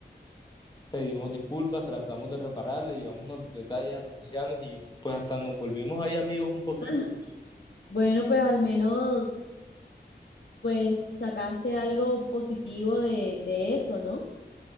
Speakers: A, on the left (about 25°); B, on the left (about 60°).
A: pedimos disculpas, tratamos de repararle, llevamos unos detalles a los ancianos y pues hasta nos volvimos ahí amigos un poquito.
B: <laughs> Bueno, pues al menos, pues sacaste algo positivo de, de eso, ¿no?